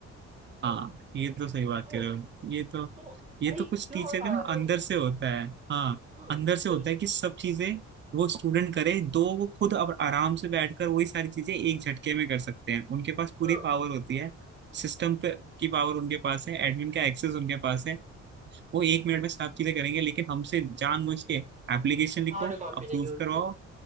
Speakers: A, on the right; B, on the right.
A: ना
B: हाँ ये तो सही बात
A: तो
B: कर रहे हो ये तो
A: तो
B: ये
A: भाई
B: तो कुछ
A: क्यों
B: टीचर
A: हरा
B: का ना
A: रहे
B: अंदर
A: हो
B: से होता है हाँ
A: हाँ
B: अंदर से
A: जब
B: होता है कि सब चीजें वो स्टूडेंट करे दो वो खुद अब आराम से बैठकर वही सारी चीजें एक झटके में कर सकते हैं उनके पास पूरी
A: हाँ
B: पावर होती है सिस्टम पे की पावर उनके पास है एडमिन का एक्सेस उनके पास है वो एक मिनट में सब चीजें करेंगे लेकिन हमसे जानबूझ के एप्लीकेशन लिखो
A: हार्ड कॉपी
B: अप्रूव
A: चाहिए उनको
B: करवाओ